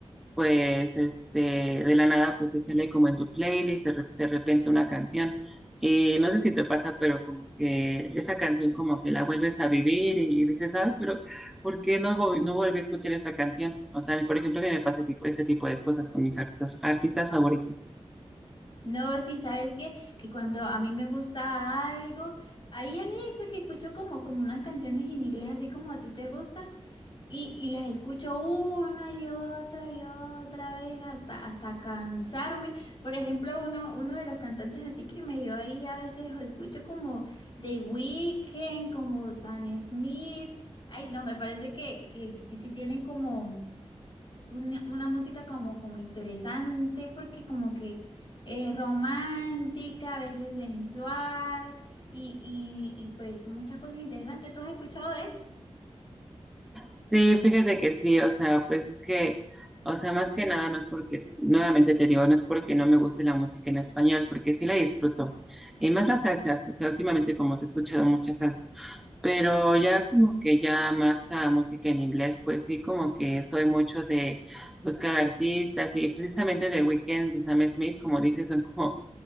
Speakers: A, in the centre; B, on the left (about 50°).
A: pues este, de la nada, pues te sale como en tu playlist, de, re- de repente una canción. Y no sé si te pasa, pero como que esa canción como que la vuelves a vivir y, dices, ay, pero ¿por qué no, vol- no volví a escuchar esta canción? O sea, a mí, por ejemplo, que me pasa tipo, ese tipo de cosas con mis artistas, artistas favoritos.
B: No, sí, sabes que, que cuando a mí me gusta algo, ahí a veces que escucho como, como unas canciones en inglés, así como a ti te gustan, y, y las escucho una y otra y otra vez hasta, hasta cansarme. Por ejemplo, uno, uno de los cantantes así que me dio ahí a veces o escucho como The Weeknd, como Sam Smith. Ay, no, me parece que, que, que sí tienen como una, una música como, como interesante, porque como que es romántica, a veces sensual y, y, y pues muchas cosas interesantes. ¿Tú has escuchado de
A: Sí, fíjate que sí, o sea, pues es que, o sea, más que nada no es porque, nuevamente te digo, no es porque no me guste la música en español, porque sí la disfruto. Y más las salsas, o sea, últimamente como que he escuchado mucha salsa. Pero ya como que ya más a música en inglés, pues sí, como que soy mucho de buscar artistas y precisamente de Weeknd y Sam Smith, como dices, son como